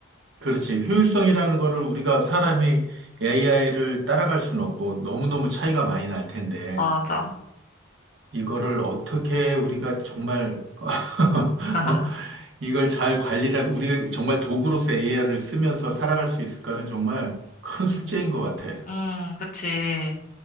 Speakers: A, on the right (about 60°); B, on the left (about 40°).
A: 그렇지. 효율성이라는 거를 우리가 사람이 AI를 따라갈 수는 없고 너무너무 차이가 많이 날 텐데
B: 맞아.
A: 이거를 어떻게 우리가 정말 <laughs>
B: <laughs>
A: 어? 이걸 잘 관리를 우리 정말 도구로서 AI를 쓰면서 살아갈 수 있을까는 정말 큰 숙제인
B: 음.
A: 것 같아.
B: 음, 그치.